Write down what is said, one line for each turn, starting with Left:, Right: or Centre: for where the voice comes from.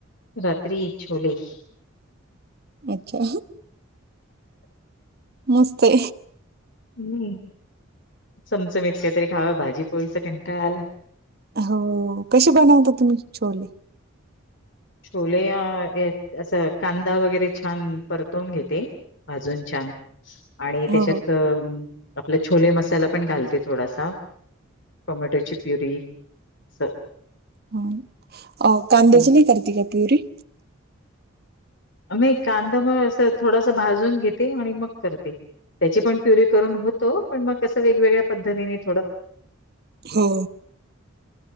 Left: रात्री छोले
Right: अच्छा. मस्ते
Left: हम्म समचमत कातरी खाव भाजी पोळीस कण का आला.
Right: हो कसे बनवता तुम्ही छोले.
Left: छोले असं कांदा वगैरे छान परतवून घेते. अजून छान आणि त्याच्यात
Right: हो, हो.
Left: आपला छोले मसाला पण घालते थोडासा टोमॅटोची प्युरी अस
Right: हा अ कांदे
Left: ते
Right: ची नाही करत का प्युरी
Left: नाही कांदा मग असं थोडासा भाजून घेते आणि मग करते. त्याची पण प्युरी करून होतो पण मग असं वेगवेगळ्या पद्धतीने थोडं
Right: हो